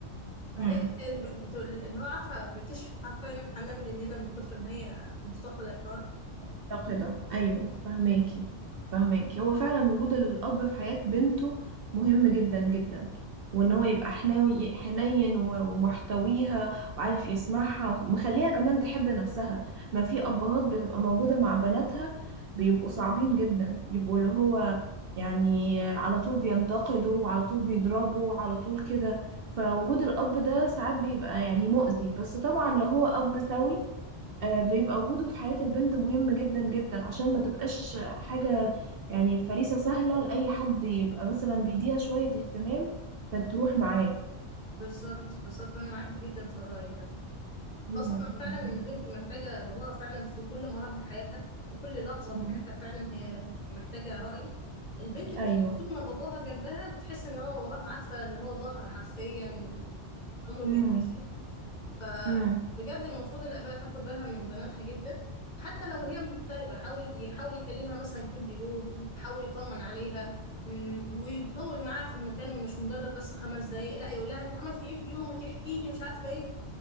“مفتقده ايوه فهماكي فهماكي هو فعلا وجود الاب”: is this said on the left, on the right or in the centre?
Right